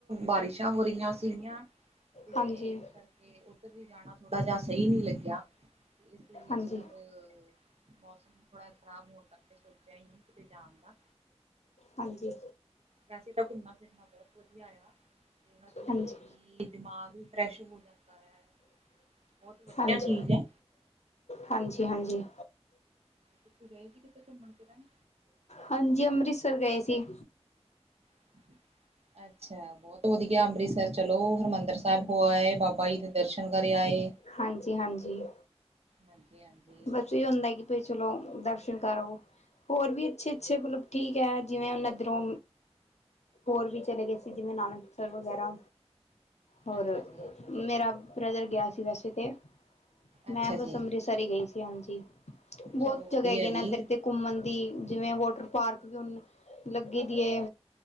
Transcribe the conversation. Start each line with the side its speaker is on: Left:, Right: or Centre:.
Right: ਬਾਰਿਸ਼ ਇੱਛਾ ਹੋ ਰਹੀਆਂ ਸੀਗੀਆਂ ਤੇ
Left: ਹਾਂਜੀ
Right: ਇਸ ਕਰਕੇ ਤੇ ਉੱਧਰ ਵੀ ਜਾਣਾ ਥੋੜ੍ਹਾ ਜਿਹਾ ਸਹੀ ਨਹੀਂ ਲੱਗਿਆ ਇਸ ਲਈ ਇਸ
Left: ਹਾਂਜੀ
Right: ਵਰ ਮੌਸਮ ਥੋੜ੍ਹਾ ਖ਼ਰਾਬ ਹੋਣ ਕਰਕੇ ਸੋਚਿਆ ਹੀ ਨਹੀਂ ਕਿਤੇ ਜਾਣ ਦਾ
Left: ਹਾਂਜੀ,
Right: ਵੈਸੇ ਤਾਂ ਘੁੰਮਣਾ ਫਿਰਨਾ ਬਹੁਤ ਵਧੀਆ ਆ। <unintelligible> ਲਈ
Left: ਹਾਂਜੀ
Right: ਵੀ ਦਿਮਾਗ ਵੀ ਫਰੈਸ਼ ਹੋ ਜਾਂਦਾ ਐ। ਬਹੁਤ ਵਧੀਆ
Left: ਹਾਂਜੀ
Right: ਚੀਜ਼ ਐ।
Left: ਹਾਂਜੀ ਹਾਂਜੀ।
Right: ਤੁਸੀਂ ਗਏ ਸੀ ਕਿਤੇ ਘੁੰਮਣ ਫਿਰਨ।
Left: ਹਾਂਜੀ ਅੰਮ੍ਰਿਤਸਰ ਗਏ ਸੀ।
Right: <inaudible> ਅੱਛਾ ਬਹੁਤ ਵਧੀਆ ਅੰਮ੍ਰਿਤਸਰ ਚਲੋ ਹਰਿਮੰਦਰ ਸਾਹਿਬ ਹੋ ਆਏ ਬਾਬਾ ਜੀ ਦੇ ਦਰਸ਼ਨ ਕਰੇ ਆਏ।
Left: ਹਾਂਜੀ ਹਾਂਜੀ
Right: ਹਾਂਜੀ ਹਾਂਜੀ
Left: ਵ ਧੀਆ ਹੁੰਦਾ ਐ ਕਿ ਭਈ ਚਲੋ ਦਰਸ਼ਨ ਕਰ ਆਓ। ਹੋਰ ਵੀ ਅੱਛੇ ਅੱਛੇ ਮਤਲਬ ਠੀਕ ਐ ਜਿਵੇਂ ਹੁਣ ਇਧਰੋ। ਹੋਰ ਵੀ ਚਲੇ ਗਏ ਸੀ ਜਿਵੇਂ ਨਾਨਕਸਰ ਵਗੈਰਾ ਹੋਰ
Right: ਅੱਛਾ ਜੀ
Left: ਮੇਰਾ ਬ੍ਰਦਰ ਗਿਆ ਸੀ ਵੈਸੇ ਤੇ ਮੈਂ
Right: ਅੱਛਾ
Left: ਬਸ
Right: ਜੀ
Left: ਅੰਮ੍ਰਿਤਸਰ ਹੀ ਗਈ ਸੀ ਹਾਂਜੀ। ਬੋਤ
Right: ਚਲੋ ਵਧੀਆ
Left: ਜਗ੍ਹਾ ਹੈਗੀ ਨਾ
Right: ਜੀ।
Left: ਇਧਰ ਤੇ ਘੁੰਮਣ ਦੀ ਜਿਵੇਂ ਵੋਟਰ ਪਾਰਕ ਵੀ ਹੁਣ ਲੱਗੀ ਦੀ ਏ।